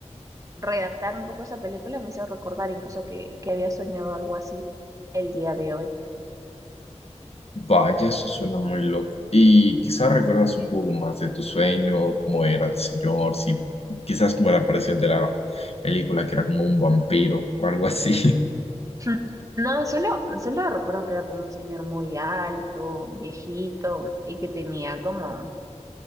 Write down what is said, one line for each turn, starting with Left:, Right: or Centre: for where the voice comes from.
Right: redactar un poco esa película me hizo recordar incluso que, que había soñado algo así el día de hoy.
Left: Vaya, eso suena muy loco. Y quizás recuerdas un poco más de tu sueño, cómo era el señor, si quizás cómo era parecido al de la película, que era como un vampiro o algo así.
Right: <laughs> No, solo, solo recuerdo que era como un señor muy alto, viejito, y que tenía como